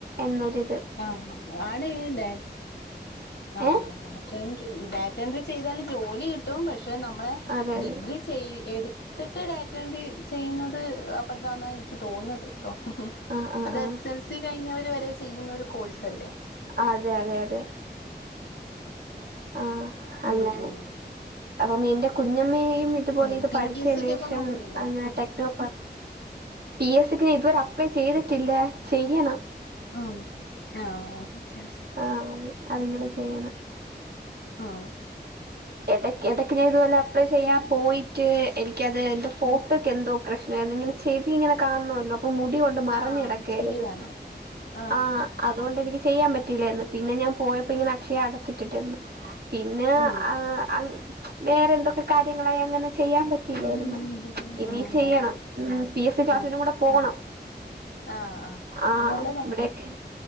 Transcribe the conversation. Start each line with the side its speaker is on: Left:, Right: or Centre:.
Right: എന്നൊരു.
Left: ആ ആണ് ഡേ ആ
Right: ഏഹ്
Left: ആ ഡാറ്റ എൻഡ്രി ഡാറ്റാ എൻഡ്രി ചെയ്താൽ ജോലി കിട്ടും പക്ഷെ നമ്മളെ
Right: അതെ അതെ
Left: ഡിഗ്രി ചെയ് എട് ത്ട്ട് ഡാറ്റ എൻഡ്രി ചെയ്യുന്നത് അപധാന്ന എനിക്ക് തോന്നുന്നത്. ട്ടോ
Right: ആഹ് ആഹ്
Left: അത്
Right: ആഹ്
Left: എസ് എൽ സി കഴിഞ്ഞവർ വരെ ചെയ്യുന്ന ഒരു കോഴ്സ് അല്ലേ
Right: അതെ അതെ അതെ ആ അങ്ങനെ
Left: ഉം ഉം
Right: അപ്പംമിന്റെ കുഞ്ഞമ്മയേയും ഇതുപോലെ
Left: ഉം
Right: ഇത്
Left: പിന്നെ
Right: പഠിച്ചേനെഷം
Left: പി എസ് സിക്കൊക്കെ നോക്കുന്നുണ്ടോ
Right: അങ്ങനെ ടെക്നോപ്പർ പി എസ് ക്ക് ഇതുവരെ അപ്ലൈ ചെയ്തിട്ടില്ല ചെയ്യണം.
Left: ഉം ആ വെത്യാസം
Right: ആഹ് അത് അതിങ്ങനെ ചെയ്യണം
Left: ആ
Right: ഇടക്കെടെക്ക് ഞാൻ ഇതുപോലെ അപ്ലൈ ചെയ്യാ പോയിട്ട് എനിക്കത് എന്തോ ഫോട്ടോക്കെ
Left: ഉം
Right: എന്തോ പ്രശ്നം മേളിങ്ങനെ ചെവി ഇങ്ങനെ കാണല്ലോ അപ്പം മുടി കൊണ്ട് മറഞ്
Left: ആഹ്
Right: കിടക്കെരുന്നു
Left: അത് ചെവി കാണുന്നു ആഹ്
Right: ആ അതു കൊണ്ടേനിക് ചെയ്യാൻ പറ്റില്ലെർന്നു പിന്നെ ഞാൻ പോയപ്പോ ഇങ്ങനെ അക്ഷയ അടച്ചിട്ടിട്ടരുന്നു പിന്നെ
Left: ഉം
Right: ആ അങ് വേറെ എന്തൊക്കെ കാര്യങ്ങള അങ്ങനെ ചെയ്യാൻ പറ്റില്ലായിരുന്നു
Left: ഉം
Right: ഇനി
Left: ഉം
Right: ചെയ്യണം
Left: അതെ
Right: ഉം പി എസ് സി ക്ലാസ്സിനും
Left: ആഹ്
Right: കൂടെ പോണം.
Left: ആഹ് ആഹ്
Right: ആ
Left: അത് നല്ലതാ
Right: ഇബടെക്കെ